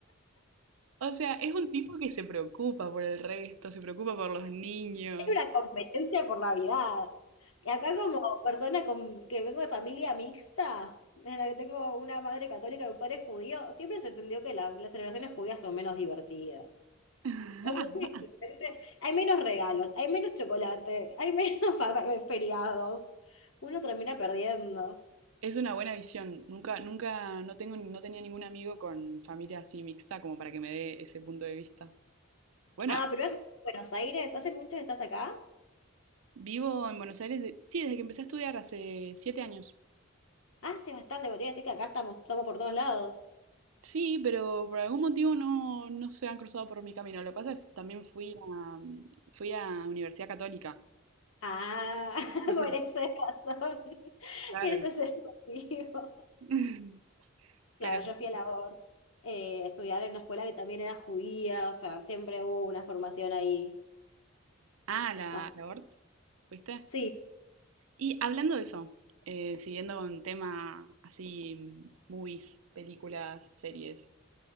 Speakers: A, on the right (about 75°); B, on the left (about 70°).
A: O sea, es un tipo que se preocupa por el resto, se preocupa por los niños.
B: Era una competencia por Navidad. Y acá como persona con- que vengo de familia mixta, en la que tengo una madre católica y un padre judío, siempre se entendió que las las celebraciones judías son menos divertidas.
A: <laughs>
B: Aunque sí, ¿viste? hay menos regalos, hay menos chocolate, hay menos <laughs> fa- feriados. Uno termina perdiendo.
A: Es una buena visión. Nunca, nunca, no tengo, no tenía ningún amigo con familia así mixta como para que me dé ese punto de vista. Bueno,
B: Ah, pero es Buenos Aires, ¿hace mucho que estás acá?
A: vivo en Buenos Aires, de- sí, desde que empecé a estudiar hace siete años.
B: Hace bastante, podría decir que acá estamos, estamos por todos lados.
A: Sí, pero por algún motivo no, no se han cruzado por mi camino. Lo que pasa es que también fui a, fui a Universidad Católica.
B: Ah, <laughs>
A: Entonces,
B: por esa razón. <laughs>
A: claro.
B: Ese es el motivo.
A: <laughs>
B: Claro,
A: Pero
B: yo
A: sí.
B: fui a la ORT, eh, a estudiar en una escuela que también era judía, o sea, siempre hubo una formación ahí.
A: Ah, la,
B: más.
A: la Hort, ¿viste?
B: Sí,
A: Y hablando de eso, eh, siguiendo con tema así, movies, películas, series,